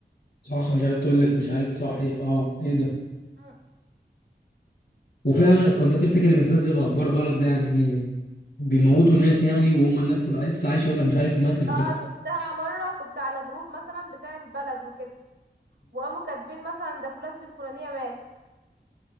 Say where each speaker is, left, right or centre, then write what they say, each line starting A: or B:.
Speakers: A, on the left; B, on the right.
A: صح مش عارف تقول لك مش عارف صحيح اه ايه ده
B: مم.
A: وفعلا الاكونتات الفيك اللي بتنزل اخبار غلط ده يعني بيموتوا ناس يعني وهم الناس تبقى لسه عايشه يقول لك مش عارف مات الفلان
B: اه شفتها مرة كنت على جروب مثلا بتاع البلد وكده وقاموا كاتبين مثلا ده فلانة الفلانية ماتت